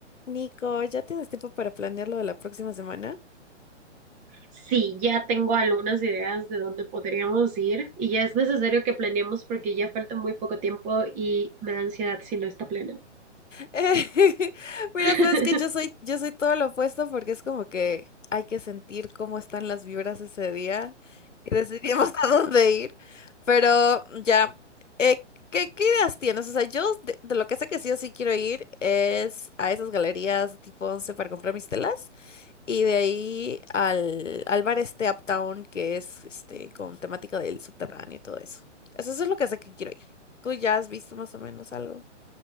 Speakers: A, on the left (about 80°); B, on the right (about 20°).
A: Nico, ¿ya tienes tiempo para planear lo de la próxima semana?
B: Sí, ya tengo algunas ideas de dónde podríamos ir y ya es necesario que planeemos porque ya falta muy poco tiempo y me da ansiedad si no está plena.
A: <laughs> Mira,
B: <laughs>
A: sabes que yo soy, yo soy todo lo opuesto porque es como que hay que sentir cómo están las vibras ese día y decidimos <laughs> a dónde ir. Pero ya, eh, ¿qué, qué ideas tienes? O sea, yo de, de lo que sé que sí o sí quiero ir es a esas galerías tipo once para comprar mis telas. Y de ahí al, al bar este Uptown, que es este con temática del subterráneo y todo eso. Eso, eso es lo que sé que quiero ir. ¿Tú ya has visto más o menos algo?